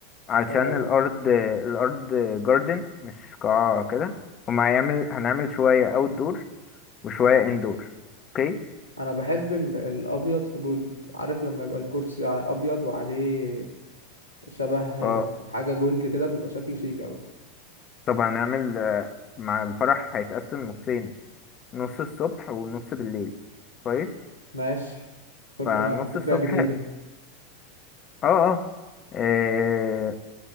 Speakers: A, on the left; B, on the left.
A: علشان
B: آه.
A: الارض الارض جاردن مش قاعة كده هما هيعمل هنعمل شوية اوت دور وشوية اندور اوكي
B: انا بحب ال... الابيض في جولد عارف لما يبقى الكرسي ع- ابيض وعليه شبه
A: اه
B: حاجه جولد كده بيبقى شكله شيك قوي
A: طب هنعمل آه، مع الفرح هيتقسم نصين نص الصبح ونص بالليل كويس
B: ماشي فكره
A: فنص
B: فكره
A: الصبح
B: جديده
A: اه اه آه،